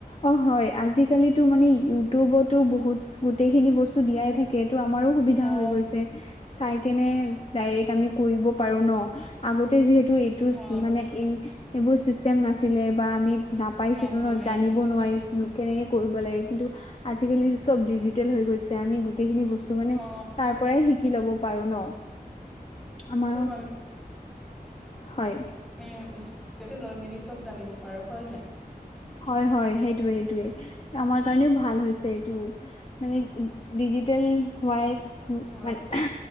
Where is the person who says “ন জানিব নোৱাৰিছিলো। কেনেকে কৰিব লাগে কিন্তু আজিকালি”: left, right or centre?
Left